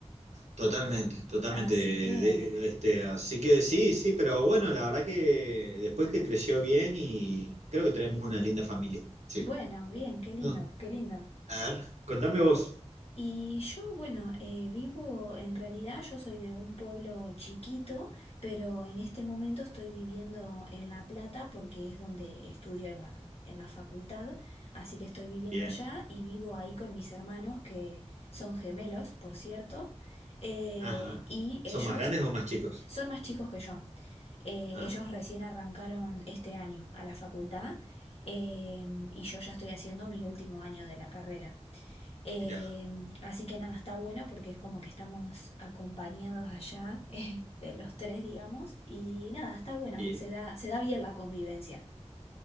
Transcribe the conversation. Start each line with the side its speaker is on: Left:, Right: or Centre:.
Right: Totalmente, totalmente.
Left: Así
Right: de-
Left: que,
Right: de- este, así que sí, sí, pero bueno, la verdad que después que creció bien y creo que tenemos una linda familia. Sí.
Left: bueno, bien, qué lindo,
Right: Ah,
Left: qué lindo.
Right: A ver, contame vos.
Left: Y yo, bueno, eh, vivo, en realidad yo soy de un pueblo chiquito, pero en este momento estoy viviendo en La Plata porque es donde estudio en la, en la facultad, así que estoy viviendo
Right: Bien.
Left: allá y vivo ahí con mis hermanos que son gemelos, por cierto, eh,
Right: Ajá.
Left: y
Right: ¿Son
Left: ellos
Right: más grandes o más chicos?
Left: son más chicos que yo. Eh,
Right: Ah,
Left: ellos recién arrancaron este año a la facultad, em, y yo ya estoy haciendo mi último año de la carrera. Em,
Right: mirá.
Left: así que nada, está bueno porque es como que estamos acompañados allá, <laughs> eh, de los tres, digamos, y nada, está bueno,
Right: Y,
Left: se da, se da bien la convivencia